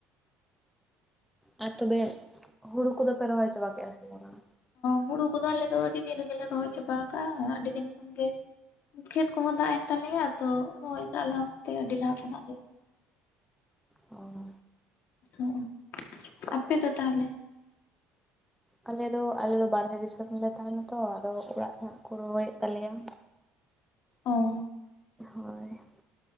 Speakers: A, in the centre; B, on the left (about 60°).
A: ᱟᱨ ᱛᱚᱵᱮ ᱦᱩᱲᱩ ᱠᱚᱫᱚ ᱯᱮ ᱨᱚᱦᱚᱭ ᱪᱟᱵᱟ ᱠᱮᱜᱼᱟ ᱥᱮ ᱵᱟᱝᱟ
B: ᱦᱩᱲᱩ ᱠᱚᱫᱚ ᱟᱞᱮ ᱫᱚ ᱟᱹᱰᱤ ᱫᱤᱱ ᱨᱮᱜᱮᱞᱮ ᱨᱚᱦᱚᱭ ᱪᱟᱵᱟ ᱟᱠᱟᱜᱼᱟ ᱟᱹᱰᱤ ᱫᱤᱱ ᱠᱷᱚᱱᱜᱮ ᱠᱷᱮᱛ ᱠᱚᱦᱚᱸ ᱫᱟᱜ ᱮᱱ ᱛᱟᱞᱮᱭᱟ ᱟᱫᱚ ᱨᱚᱦᱚᱭ ᱠᱟᱜᱼᱟ ᱞᱮ ᱚᱱᱟᱛᱮ ᱟᱹᱰᱤ ᱞᱟᱦᱟ ᱠᱷᱚᱱᱟᱜ ᱜᱮ ᱾
A: ᱚ ᱾
B: ᱚ, ᱟᱯᱮ ᱫᱚ ᱛᱟᱦᱚᱞᱮ?
A: ᱟᱞᱮ ᱫᱚ ᱟᱞᱮ ᱫᱚ ᱵᱟᱨᱦᱮ ᱫᱤᱥᱚᱢᱞᱮ ᱛᱟᱦᱮᱱᱟ ᱛᱚ, ᱟᱫᱚ ᱚᱲᱟᱜ ᱨᱮ ᱠᱚ ᱨᱚᱦᱚᱭᱮᱫ ᱛᱟᱞᱮᱭᱟ ᱾
B: ᱚ ᱾
A: ᱦᱳᱭ ᱾